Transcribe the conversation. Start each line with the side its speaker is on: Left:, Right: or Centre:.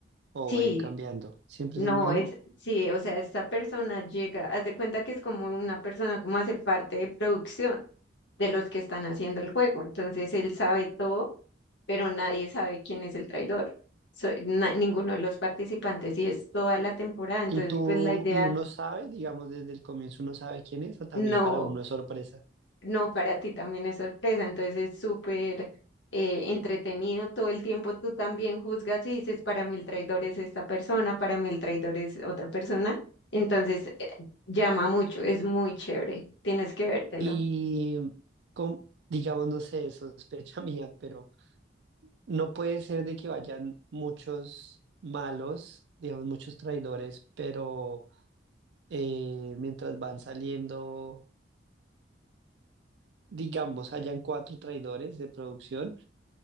Right: o
Left: Sí,
Right: va a ir cambiando. Siempre
Left: No,
Right: es el mismo.
Left: es, sí, o sea, esta persona llega, haz de cuenta que es como una persona como hace parte de producción de los que están haciendo el juego. Entonces él sabe todo, pero nadie sabe quién es el traidor. So- na- ninguno de los participantes y es toda la temporada. Entonces,
Right: Y tú,
Left: pues la idea
Right: y uno sabe, digamos, desde el comienzo uno sabe quién es o también
Left: no.
Right: para uno es sorpresa.
Left: No, para ti también es sorpresa, entonces es súper eh, entretenido todo el tiempo. Tú también juzgas y dices, para mí el traidor es esta persona, para mí el traidor es otra persona. Entonces eh, llama mucho, es muy chévere, tienes que vértelo.
Right: Y con, digamos, no sé, sospecha <laughs> mía, pero no puede ser de que vayan muchos malos, digamos, muchos traidores, pero eh, mientras van saliendo, digamos, hayan cuatro traidores de producción